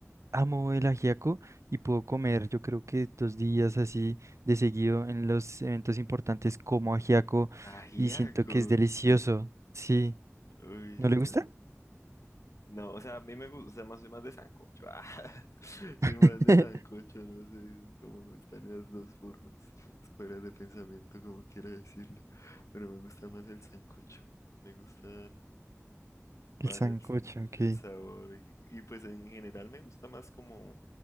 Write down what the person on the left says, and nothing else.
Ajiaco.
Uy,
no. No, o sea, a mí me gusta o sea más, soy más de sancocho. <laughs> ah. Soy más
de sancocho, no sé cómo están esas dos formas, las escuelas de pensamiento, como quiera decirlo. Pero me gusta más el sancocho. Me gusta más
el, s-
el sabor. Y, y, pues en general me gusta más como